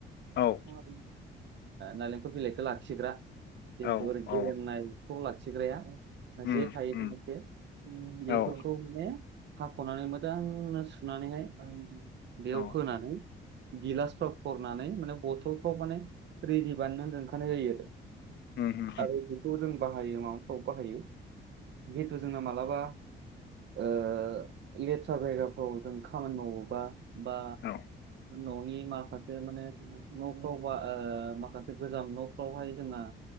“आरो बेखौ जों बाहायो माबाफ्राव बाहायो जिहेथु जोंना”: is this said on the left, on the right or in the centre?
Right